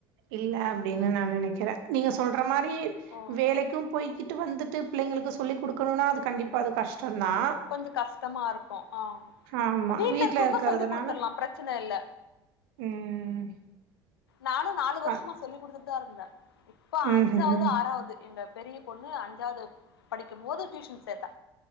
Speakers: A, on the right; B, on the left.
A: இல்ல அப்டின்னு நா நெனைக்கிறே நீங்க சொல்ற மாரி
B: ஓ
A: வேலைக்கும் போய்கிட் ட்டு வந்துட்டு பிள்ளைங்களுக்கு சொல்லி குடுக்குணுனா அது கண்டிப்பா அது கஷ்டந்தா
B: கொஞ்ச கஷ்டமா இருக்கூ ஆ
A: ஆமா
B: வீட்ல இருக்கவுங்க
A: இருக்கறதுனால
B: சொல்லி குடுத்துர்லா பிரச்சன இல்ல
A: ம்
B: நானு நாலு வருஷமா
A: அ
B: சொல்லி் குடுத்துட்டுதா இருந்தே இப்ப
A: ம்ஹும்
B: அஞ்சாவ்து ஆறாவ்து எங்க பெரிய பொண்ணு அஞ்சாவ்து படிக்கும்போது டியூஷன் சேத்த